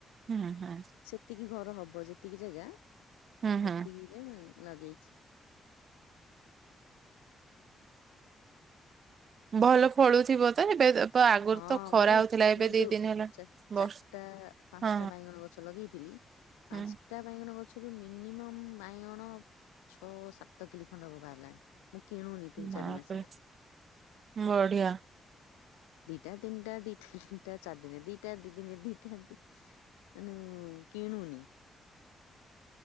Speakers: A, on the right (about 55°); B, on the left (about 85°).
A: ହୁଁ ହୁଁ
B: ଯେତିକି ଘର ହବ ଯେତିକି ଜାଗା ସେତିକି
A: ହୁଁ ହୁଁ।
B: ଯାଏ ମୁଁ ଲଗେଇଛି।
A: ଭଲ ଫଳୁଛିବୋଧେ ଏବେ ତ ଏବେ ଆଗରୁ
B: ହଁ
A: ଖରା
B: ମୁଁ
A: ହଉଥିଲା ଏବେ
B: ମୁଁ
A: ଦି
B: ଯୋଉ
A: ଦିନ ହେଲା।
B: ଚା
A: ବ
B: ଚାରିଟା ପାଞ୍ଚଟା
A: ହଁ
B: ବାଇଗଣ ଗଛ ଲଗେଇଥିଲି
A: ହୁଁ।
B: ଚାଟା ବାଇଗଣ ଗଛରୁୁ ମିନିମମ୍ ବାଇଗଣ ଛଅ ସାତ କିଲି ଖଣ୍ଡ ହବ ବାହାରିଲା। ମୁଁ କିଣୁନି ତିନି
A: ବାପରେ
B: ଚାରି ମାସରେ।
A: ବଢିଆ।
B: ଦିଟା ତିନିଟା ଦିଟା ତିନିଟା ଚାରିିନେ ଦିଟା ଦି ଦିନେ ଦିଟା ଦି ଉଁ କିଣୁନି।